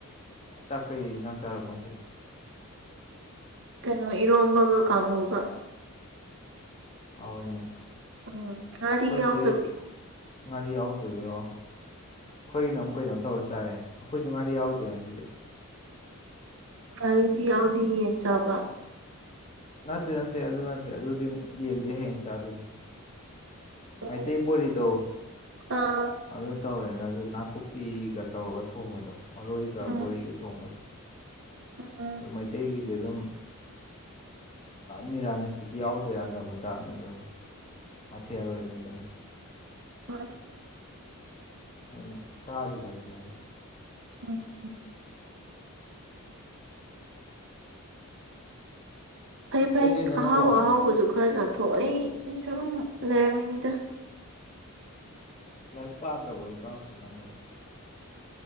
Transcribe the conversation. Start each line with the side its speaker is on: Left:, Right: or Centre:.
Left: ꯆꯥꯛꯀꯩ ꯏꯟꯁꯥꯡ ꯆꯥꯔꯕꯣ ꯉꯁꯤꯗꯤ
Right: ꯀꯩꯅꯣ ꯏꯔꯣꯝꯕꯒ ꯀꯥꯡꯍꯧꯒ
Left: ꯍꯥꯎꯋꯤꯅꯦ
Right: ꯎꯝ ꯉꯔꯤ
Left: ꯑꯩꯈꯣꯏꯗꯤ
Right: ꯌꯥꯎꯗꯕꯤ
Left: ꯉꯥꯔꯤ ꯌꯥꯎꯗꯕꯤꯑꯣ ꯑꯩꯈꯣꯏꯅ ꯑꯃꯨꯛ ꯀꯩꯅꯗꯣ ꯇꯧꯔ ꯆꯥꯔꯦ ꯑꯩꯈꯣꯏꯁꯨ ꯉꯥꯔꯤ ꯌꯥꯎꯗꯦ ꯉꯁꯤꯗꯤ
Right: ꯉꯥꯔꯤꯗꯤ ꯌꯥꯎꯗꯤ ꯌꯦꯟ ꯆꯥꯕ
Left: ꯅꯠꯇꯦ ꯅꯠꯇꯦ ꯑꯗꯨ ꯅꯠꯇꯦ ꯑꯗꯨꯗꯤ ꯌꯦꯟꯗꯦ ꯍꯌꯦꯡ ꯆꯥꯗꯣꯏꯅꯤ
Right: ꯎꯝ
Left: ꯃꯩꯇꯩ ꯕꯣꯔꯤꯗꯣ
Right: ꯑꯥ
Left: ꯑꯗꯨ ꯇꯧꯔꯦꯅ ꯑꯗꯨ ꯅꯥꯀꯨꯞꯄꯤꯒ ꯇꯧꯔꯒ ꯊꯣꯡꯕꯗꯣ ꯃꯔꯣꯏꯒ
Right: ꯎꯝ
Left: ꯕꯣꯔꯤꯒ ꯊꯣꯡꯕꯗꯣ
Right: ꯎꯝ
Left: ꯑꯗꯣ ꯃꯩꯇꯩꯒꯤ ꯗꯤ ꯑꯗꯨꯝ ꯃꯤꯔꯥꯃꯤꯁꯇꯨꯗꯤ ꯌꯥꯎꯗ ꯌꯥꯗꯕ ꯃꯆꯥꯛꯅꯦ ꯑꯗꯨꯅ ꯃꯊꯦꯜ ꯑꯣꯏꯅꯩꯗꯅ
Right: ꯃꯅꯤ
Left: ꯑꯪ ꯆꯥꯔꯤꯕꯗꯨꯅꯦꯗ
Right: ꯎꯝ ꯐꯩ ꯐꯩ
Left: ꯀꯩꯗꯧꯔꯤꯅꯣ ꯅꯪꯕꯣ
Right: ꯑꯍꯥꯎ ꯑꯍꯥꯎꯕꯁꯨ ꯈꯔ ꯆꯥꯊꯣꯛꯑꯦ ꯑꯩ ꯁꯨꯝ ꯁꯨꯝ ꯂꯩꯔꯝꯃꯤꯅꯤꯗ
Left: ꯂꯥꯏꯔꯤꯛ ꯄꯥꯗ꯭ꯔꯕꯣ ꯢꯄꯥ ꯍꯧꯖꯤꯛꯀꯥꯟꯁꯦ